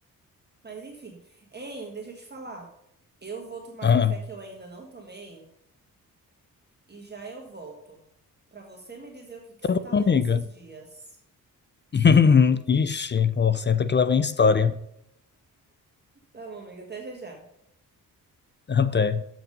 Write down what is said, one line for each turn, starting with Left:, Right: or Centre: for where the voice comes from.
Right: Mas enfim, hein, deixa eu te falar, eu vou tomar
Left: Ah,
Right: café que eu ainda não tomei e já eu volto, pra você me dizer o que que
Left: tá
Right: você tá lendo
Left: bom, amiga.
Right: esses dias.
Left: <laughs> Ixi, ó, senta que lá vem história.
Right: Tá bom, amiga, até já já.
Left: Até.